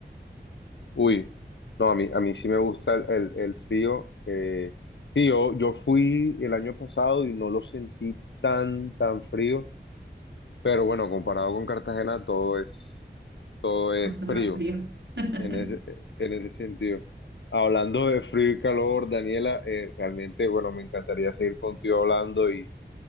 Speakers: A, on the left; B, on the right.
A: Uy, no, a mí, a mí sí me gusta el, el- el frío. eh, sí, yo, yo fui el año pasado y no lo sentí tan, tan frío, pero bueno, comparado con Cartagena, todo es, todo es
B: <laughs>
A: frío
B: más frío. <laughs>
A: en ese, en ese sentido. Hablando de frío y calor, Daniela, eh, realmente, bueno, me encantaría seguir contigo hablando y,